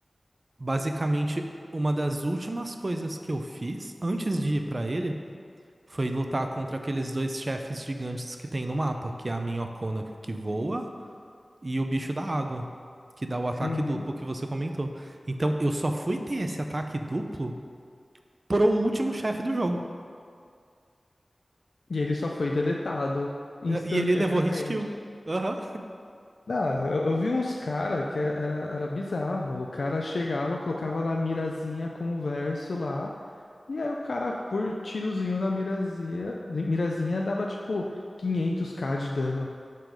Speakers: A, on the right; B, on the left.
A: basicamente uma das últimas coisas que eu fiz antes de ir pra ele foi lutar contra aqueles dois chefes gigantes que tem no mapa, que é a Minhocona que voa e o bicho da água, que dá o ataque
B: Uhum.
A: duplo que você comentou. Então, eu só fui ter esse ataque duplo pro último chefe do jogo.
B: E ele só foi deletado instantaneamente.
A: E e ele levou hit kill. Aham.
B: Ah, eu, eu vi uns cara que era, era bizarro. O cara chegava, colocava na mirazinha com o verso lá, e aí o cara, por tirozinho na mirazinha, mirazinha dava tipo quinhentos k de dano.